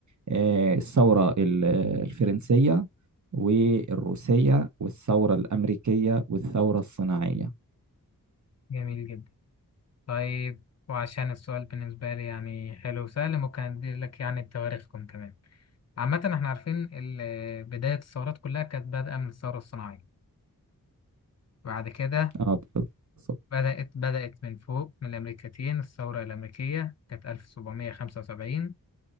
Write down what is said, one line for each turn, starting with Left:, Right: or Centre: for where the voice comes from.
Right: آه، الثورة ال- الفرنسية والروسية والثورة الأمريكية والثورة الصناعية
Left: جميل جدا طيب وعشان السؤال بالنسبة لي يعني حلو وسهل ممكن أدي لك يعني بتواريخكم كمان عامة احنا عارفين ال- بداية الثورات كلها كانت بادئة من الثورة الصناعية بعد كده
Right: اه بالظبط
Left: بدأت بدأت من فوق من الأمريكتين الثورة الأمريكية كانت 1775